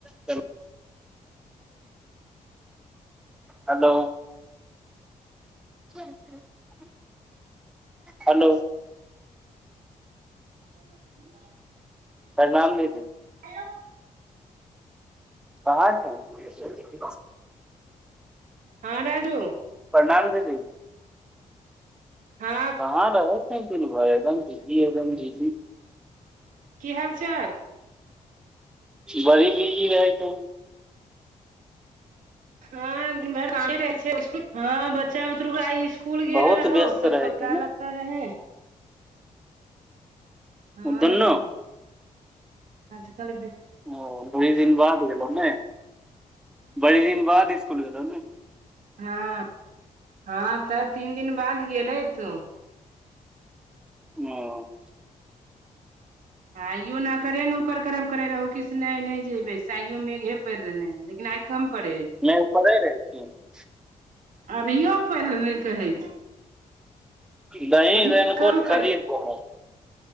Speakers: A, in the centre; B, on the right.
A: चलु
B: <inaudible>
A: हलो। <unintelligible> हलो।
B: <inaudible>
A: प्रणाम दीदी।
B: हेलो।
A: बाहर छली।
B: हां राजू।
A: परनाम दीदी।
B: हां।
A: कहां रहै छा दिन भैर एकदम बिजी, एकदम बिजी।
B: की हाल-चाल।
A: बड़ी बीजी रही तू।
B: हां दिन भैर कामे रहै छै, <unintelligible> हां बच्चा बुतरु के आय इस कूल गेल
A: बहुत
B: रहौ
A: व्यस्त
B: सब
A: रहै
B: कपड़ा
A: छै ने
B: लत्ता रहै। हां
A: दुनू
B: तऽ आज-कल भी
A: ओ बड़ी दिन बाद गेलौ नै, बड़ी दिन बाद इसकुल गेलौ नै।
B: हां, हां तऽ तीन दिन बाद गेलै तू।
A: ओ।
B: आइयो नकरे नुकर करब करे रहौ कि से नै नै जेबै से आइयो मेघे पैर रहलै, लेकिन आय कम पड़े।
A: नहि पढ़ै रहै छियै
B: अभियो पैड़ रहलै कहै छै।
A: दही
B: अभी
A: रेन
B: कम
A: कोट खरीद क।